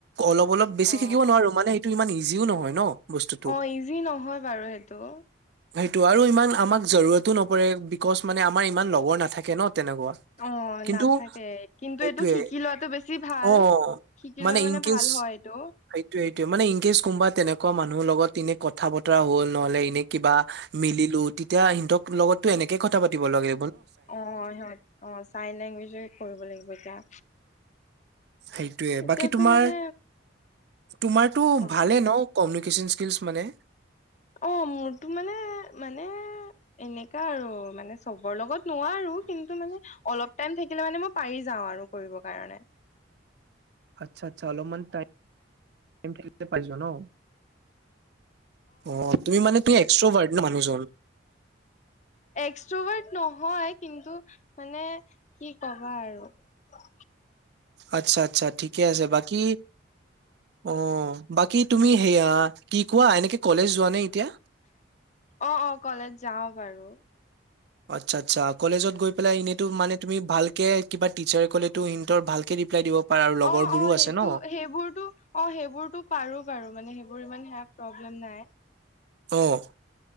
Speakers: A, on the right (about 55°); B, on the left (about 35°).
A: অলপ অলপ বেছি
B: অ
A: শিকিব নোৱাৰো মানে এইটো ইমান ইজি ইজিও নহয় ন। বস্তুটো।
B: অ ইজি নহয় বাৰু সেইটো
A: সেইটো আৰু ইমান আমাক জৰুৰতো নপৰে বিকজ মানে আমাৰ ইমান লগৰ নাথাকে ন। তেনেকুৱা
B: অ
A: কিন্তু
B: নাথাকে কিন্তু
A: সেইটোয়ে
B: এইটো শিকি লোৱাটো বেছি ভাল
A: অ
B: শিকি
A: মানে
B: লোৱা
A: ইনকেছ-
B: ভাল হয় এইটো
A: সেইটোৱে - সেইটোৱে, মানে ইনকেছ কোনবা তেনে কুৱা মানুহৰ লগত এনে কথা-বতৰা হ'ল, নহ'লে এনে কিবা মিলিলোঁ। তেতিয়া হিন্তক লগতো এ নেকে কথা পাতিব লাগে।
B: অ' সিহঁত- অ' ছাইন লেংগুৱেজে কৰিব লাগিব এতিয়া।
A: সেইটোৱে।
B: এতিয়াতো
A: বাকী তোমাৰ,
B: মানে
A: তোমাৰতো
B: অ
A: ভালে ন' কমি কিচন স্কিলছ মানে।
B: অ' মোৰটো মানে - মানে এনেকা আৰু মানে চবৰ লগত নোৱাৰোঁ, কিন্তু মানে অলপ টাইম থাকিলে মানে মই পাৰি যা ও আৰু কৰিব কাৰণে।
A: আচ্ছা - আচ্ছা, অলপমান টাইম পাই যোৱা ন'? অ' তুমি মানেতো এক্সট্ৰভাৰ্ট ন' মানুহজন?
B: এক্সট্ৰভাৰ্ট নহয়। কিন্তু মানে কি কবা আৰু। অ
A: আচ্ছা - আচ্ছা, ঠিকে আছে । বাকী অ' বাকী তুমি সেয়া কি কোৱা, এনেকে কলেজ যোৱা নে? এতিয়া
B: অ' - অ', কলেজ যাওঁ বাৰু।
A: আচ্ছা - আচ্ছা । কলেজত গৈ পেলাই এনেতো মানে তুমি ভাল কে কিবা টিচাৰে ক'লেতো হিন্তৰ ভালকে ৰিপ্লাই দিব পাৰা আৰু লগৰবোৰো
B: অ' - অ' সেইটো-
A: আছে ন
B: সেইবোৰটো- অ' সেইবোৰটো পাৰোঁ বাৰু, মানে সেইবোৰ ইমান সেয়া প্ৰব্লেম নাই।
A: অ'।